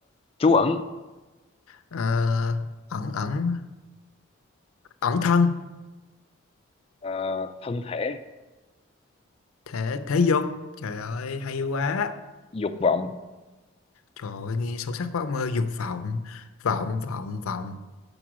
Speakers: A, on the left; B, on the left.
A: trú ẩn
B: Ờ, ẩn ẩn ẩn thân
A: Ờ, thân thể
B: thể thể dục trời ơi hay quá
A: dục vọng
B: trời ơi nghe sâu sắc quá ông ơi dục vọng vọng vọng vọng